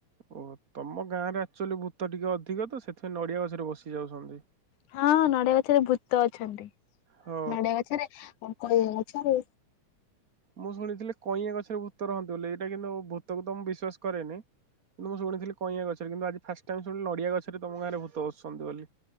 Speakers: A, on the right (about 35°); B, on the left (about 85°).
A: ଓହ ତମ ଗାଁ ରେ ଆକ୍ଚୁଆଲି ଭୂତ ଟିକେ ଅଧିକ ତ ସେଥିପାଇଁ ନଡ଼ିଆ ଗଛରେ ବସି ଯାଉଛନ୍ତି।
B: ହଁ ନଡ଼ିଆ ଗଛରେ ଭୂତ ଅଛନ୍ତି
A: ହଁ।
B: ନଡ଼ିଆ ଗଛରେ କ ଗଛରେ
A: ମୁଁ ଶୁଣିଥିଲି କଇଁଆଁ ଗଛରେ ଭୂତ ରହନ୍ତି ବୋଲି ଏଇଟା କିନ୍ତୁ ଭୂତକୁ ତ ମୁଁ ବିଶ୍ଵାସ କରେନି କିନ୍ତୁ ମୁଁ ଶୁଣିଥିଲି କଇଁଆ ଗଛରେ କିନ୍ତୁ ଆଜି ଫାଷ୍ଟ ଟାଇମ୍ ଶୁଣିଲି ନଡ଼ିଆ ଗଛରେ ତମ ଗାଁରେ ଭୂତ ଆଛନ୍ତି ବୋଲି